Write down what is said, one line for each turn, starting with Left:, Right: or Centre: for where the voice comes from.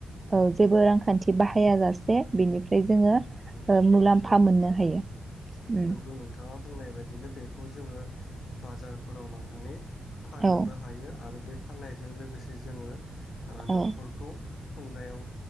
Right: औ जेबो रांखान्थि बाहाया जासे बिनिफ्राय जोङो
Left: नंगौ
Right: ओ मुलाम्फा
Left: नोंथां
Right: मोननो हायो। उम
Left: नोंगौ नोंथाङा बुंनाय बायदिनो बेखौ जोङो बाजारफोराव लांनानै फाननोबो
Right: औ
Left: हायो आरो बे फाननायजों लोगोसे जोङो ओ
Right: औ
Left: न'खरखौ खुंनायाव